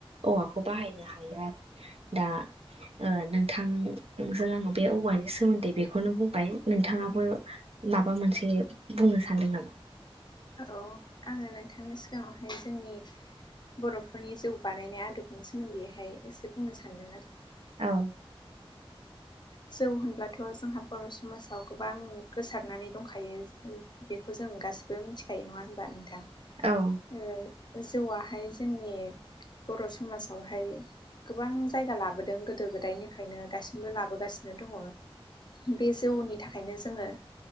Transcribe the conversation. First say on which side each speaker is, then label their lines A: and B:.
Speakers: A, on the right (about 80°); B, on the left (about 50°).
A: औवाखौ बाहायनो हायो आरो। दा ओ नोंथां नोंजों आङो बे औवानि सोमोन्दै बेखौनो बुंबाय नोंथाङाबो माबा मोनसे बुंनो सानदों नामा?
B: औ आङो नोंथांनि सिगाङावहाय जोंनि बर'फोरनि जौ बानायनाय आदबनि सोमोन्दैहाय एसे बुंनो सान्दों आरो।
A: औ। <inaudible>
B: जौ होनब्लाथ' जोंहा बर' समाजाव गोबां गोसारनानै दंखायो बेखौ जों गासिबो मिथिखायो नङा होनबा नोंथां
A: औ
B: ओ जौआ हाय जोंनि बर' समाजावहाय गोबां जायगा लाबोदों गोदो गोदायनिफ्रायायनो गासिबो बो लाबोगासिनो दङ बे जौनि थाखायनो जोङो